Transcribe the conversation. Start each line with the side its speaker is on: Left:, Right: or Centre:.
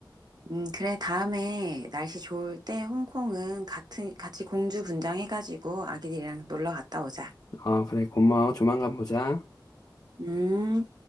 Right: 음, 그래, 다음에 날씨 좋을 때 홍콩은 같은, 같이 공주 분장해가지고 아기들이랑 놀러 갔다 오자.
Left: 아, 그래, 고마워. 조만간 보자.
Right: 음.